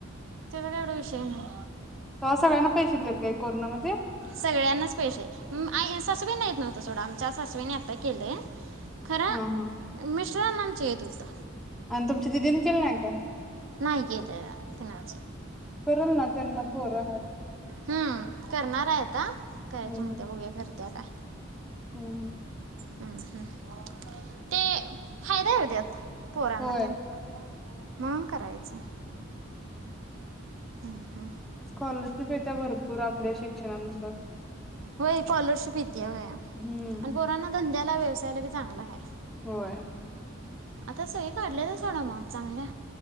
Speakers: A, on the right; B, in the centre.
A: त्याचा काय एवढा विषय नाही.
B: हा सगळ्यांना पैसे दिलेत काय कोरोनामध्ये?
A: सगळ्यांनाच पैसे सासूबाईंना येत नव्हतं सोडा. आमच्या सासूबाईंनी आता केलंय. खरं
B: हा हा
A: मीस <unintelligible> हुता
B: आणि तुमच्या दिदीन केले नाही काय?
A: नाही गेलं तिनं
B: करल ना त्यांना पोर हाय.
A: हम्म करणार आहेत. आता करायचं
B: हम्म
A: म्हणत्या बघुया करत्या काय?
B: हम्म हम्म
A: हम्म हम्म ते फायदा आहे ओ त्यात पोरांना
B: होय.
A: त्या हम्म करायचं. हम् हम्
B: स्कॉलरशिप येत्या भरपूर आप आपल्या शिक्षणानुसार
A: होय स्कॉलरशिप येतिया होय आणि
B: हम्म
A: पोरांना धंद्यात त्या व्यवसायाला बी चांगला हाय.
B: होय
A: आता सोयी काढल्यात्या सोडा माप चांगल्या